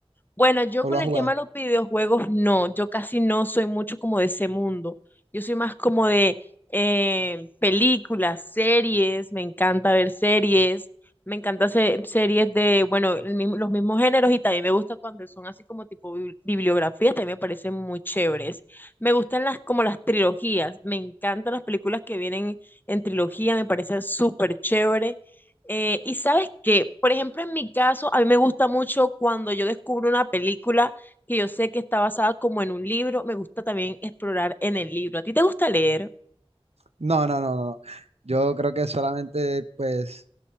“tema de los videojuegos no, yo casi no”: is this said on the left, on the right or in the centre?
Left